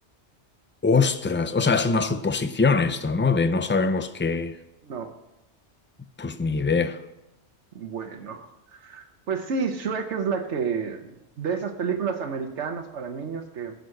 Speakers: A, on the left; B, on the right.
A: Ostras, o sea, es una suposición esto, ¿no? De no sabemos qué,
B: No,
A: pues ni idea.
B: bueno. Pues sí, Shrek es la que, de esas películas americanas para niños que,